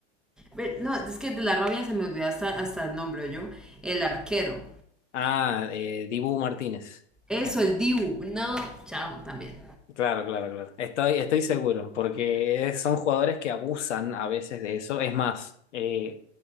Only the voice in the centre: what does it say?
Ve, No, es que de la rabia se me olvidó hasta, hasta el nombre, yo. El arquero.
Eso,
el Dibu. No, chao, también.